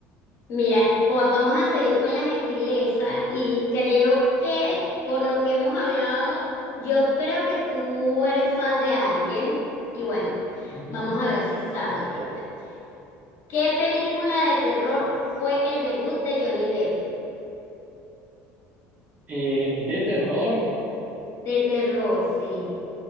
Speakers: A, on the left; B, on the right.
A: Mira, vo- vamos a seguir con la gentileza y creo que por lo que hemos hablado, yo creo que tú eres fan de alguien y bueno,
B: Ujú.
A: vamos a ver si sabes qué tal. ¿Qué película de terror fue el debut de Johnny Depp?
B: Eh, de terror,
A: De terror, sí.